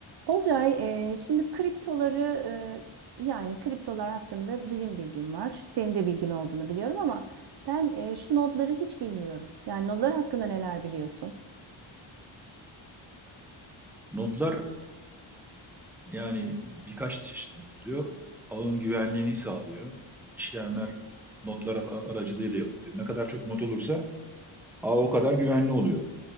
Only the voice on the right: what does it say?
Olcay, e, şimdi kriptoları e, yani kriptolar hakkında bilim bilgim var. Senin de bilgin olduğunu biliyorum ama ben e, şu nodları hiç bilmiyorum. Yani nodlar hakkında neler biliyorsun?